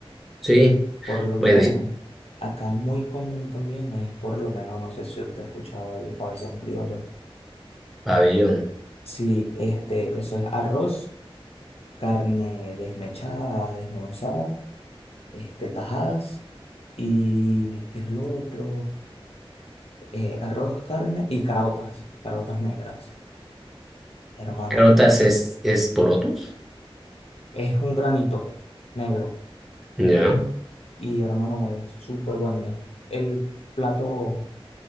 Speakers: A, in the centre; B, on the left.
A: Sí,
B: Por lo
A: bueno,
B: menos
A: y- sí,
B: acá muy común también es, por lo menos, no sé si usted ha escuchado el pabellón criollo.
A: pabellón.
B: Sí, este, eso es arroz, carne desmechada, desmenuzada, este, tajadas y ¿qué es lo otro? Eh, arroz, carne y carotas, carotas negras. Hermano,
A: Carotas es, es porotos,
B: es un granito negro
A: ya.
B: y hermano, es súper bueno, es el plato.